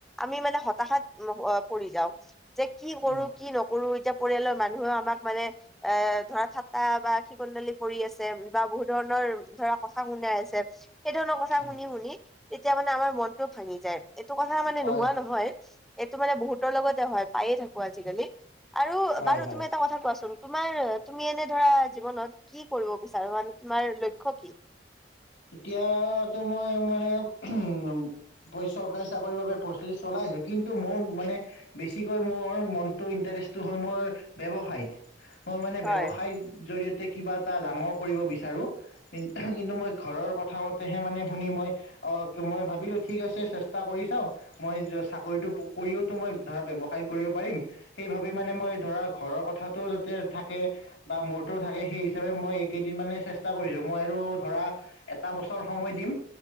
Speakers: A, in the centre; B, on the left.
A: আমি মানে হতাশাত পৰি যাওঁ। যে কি
B: উম
A: কৰো কি নকৰো এতিয়া পৰিয়ালৰ মানুহেও আমাক মানে- এ ধৰা থাট্টা বা কি কনডালি কৰি আছে বা বহুত ধৰণৰ- ধৰা কথা শুনাই আছে সেই ধৰণৰ কথা
B: হয়
A: শুনি শুনি তেতিয়া মানে আমাৰ মনটো ভাঙি যায়। এইটো কথা মানে
B: হয়।
A: নোহোৱা নহয়, এইটো মানে বহুতৰ লগতে হয় পায়ে থাকো আজিকালি। আৰু
B: হয়
A: বাৰু
B: হয়।
A: তুমি এটা ক থা কোৱাচোন তোমাৰ তুমি এনে ধৰা জীৱনত কি কৰিব বিচাৰ মানে তোমাৰ লক্ষ্য কি?
B: এতিয়াতো মই মানে উম। চৰকাৰী চাকৰিৰ বাবে প্ৰস্তুতি চলাইছো কিন্তু মোৰ মানে- বেছিকৈ মোৰ মনটো ইণ্টাৰেষ্টটো হ'ল মোৰ ব্যয়ৱসায়ত। মই মানে
A: হয়
B: ব্যৱসায় জৰিয়তে কিবা এটা ডাঙৰ কৰিব বিচাৰো কিন্তু মই- ঘৰৰ কথা মতেহে মানে শুনি মই অ মই ভাবিলো ঠিক আছে চেষ্টা কৰি চাওঁ। মই চাকৰিতটো কৰিওতো মই ধৰা ব্যৱসায় কৰিব পাৰিম- সেই ভাবি মানে মই ধৰা ঘৰৰ কথাটোও যাতে থাকে- বা মোৰটো থাকে সেই হিচাপে মই এইকেইদিন মানে চেষ্টা কৰিছো মই আৰু ধৰা- এটা বছৰ সময় দিম,